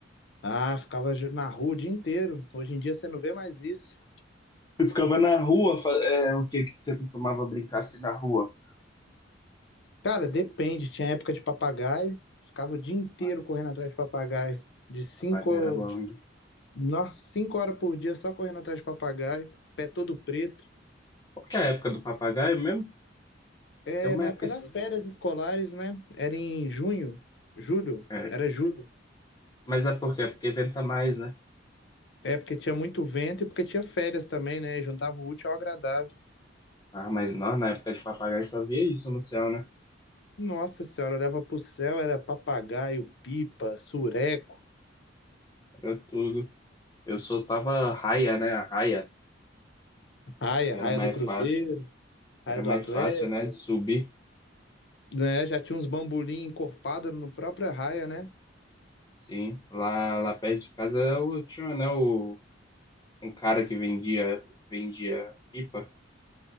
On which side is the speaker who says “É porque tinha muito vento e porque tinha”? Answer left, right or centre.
Left